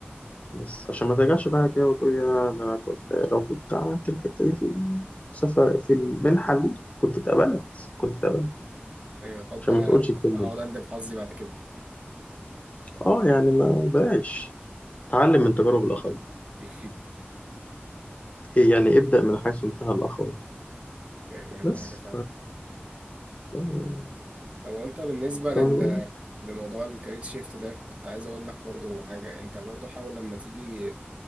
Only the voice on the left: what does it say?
بس عشان ما ترجعش بقى كده وتقول يا ده انا كنت لو كنت عملت الحتة دي في السفر في المنحة دي كنت اتقبلت كنت اتقبلت
عشان
ما تقولش الكلمة
دي
اه يعني ما بلاش تعلم من تجارب الآخرين
إيه يعني ابدأ من حيث انتهى الآخرين
بس
توم
توم